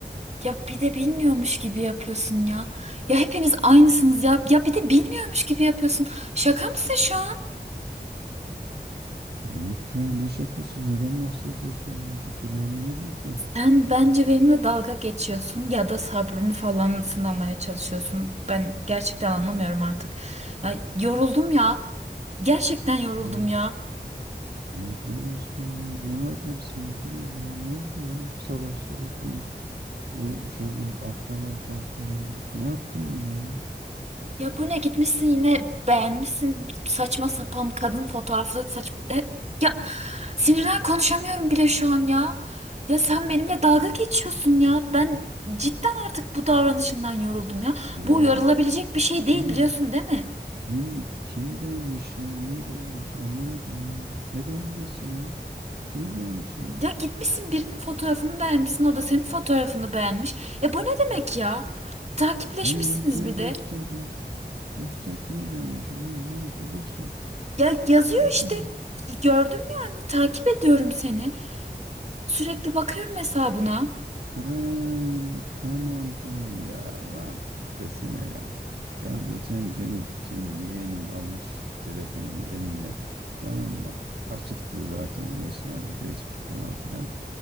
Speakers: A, on the right (about 40°); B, on the right (about 70°).
A: Ya bir de bilmiyormuş gibi yapıyorsun ya. Ya hepiniz aynısınız ya. Ya bir de bilmiyormuş gibi yapıyorsun. Şaka mısın şu an?
B: Yok ya ne şakası? Neden bahsediyorsun ya? Bir türlü anlamadım ki.
A: Sen bence benimle dalga geçiyorsun ya da sabrımı falan sınamaya çalışıyorsun. Ben gerçekten anlamıyorum artık. Ya yoruldum ya. Gerçekten yoruldum
B: Ha,
A: ya.
B: Ya dur aşkım ya. Ne var ya? Bir sakin ol ya. Ne oldu ya? Sabah sabah beni bu şeyler afralar tafralar. Ne yaptım yine ya?
A: Ya bu ne gitmişsin yine beğenmişsin saçma sapan kadın fotoğrafları saç E, ya sinirden konuşamıyorum bile şu an ya. Ya sen benimle dalga geçiyorsun ya. Ben cidden artık bu davranışından yoruldum ya.
B: Ya
A: Bu yorulabilecek bir şey
B: kim
A: değil biliyorsun değil mi?
B: kim kim beğenmiş ya? Neyi beğenmiş? Anlamadım ya. Ne beğenmesi ya? Kimi beğenmişim ben?
A: Ya gitmişsin birinin fotoğrafını beğenmişsin o da senin fotoğrafını beğenmiş. E bu ne demek ya? Takipleşmişsiniz
B: Hani ya kime
A: bir
B: göster
A: de.
B: ya? Göster kimi beğenmişim. Hani nerede? Göster.
A: Ya yazıyor
B: Göster.
A: işte gördüm yani takip ediyorum seni. Sürekli bakıyorum hesabına.
B: Ha, tamam tamam ya. Ulan desene ya. Ya geçen benim şeyim yeğenim almış telefonumu eline. Tamam mı? Açıktı zaten o esnada Facebook falan filan.